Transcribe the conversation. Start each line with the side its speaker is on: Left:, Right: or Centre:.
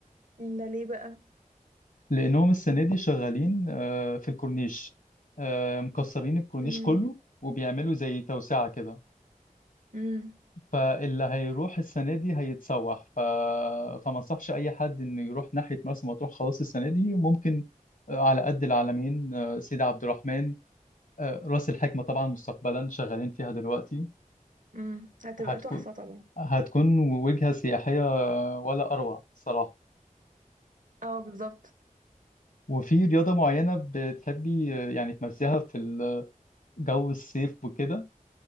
Right: مم، ده ليه بقى
Left: لانهم السنة دي شغالين آه، في الكورنيش آه، مكسرين الكورنيش
Right: مم.
Left: كله وبيعملوا زي توسعة كده
Right: مم.
Left: فاللي هيروح السنة دي هيتسوح ف... فما انصحش اي حد انه يروح ناحية مرسى مطروح خلاص السنة دي ممكن آه، على قد العلمين آه، سيدي عبد الرحمن آه، راس الحكمة طبعا مستقبلا شغالين فيها دلوقتي
Right: مم. هتبقى
Left: هتكون
Right: تحفة طبعا
Left: هتكون وجهة سياحية ولا أروع الصراحة
Right: اه بالظبط
Left: وفي رياضة معينة بتحبي يعني تمارسيها في ال- جو الصيف وكده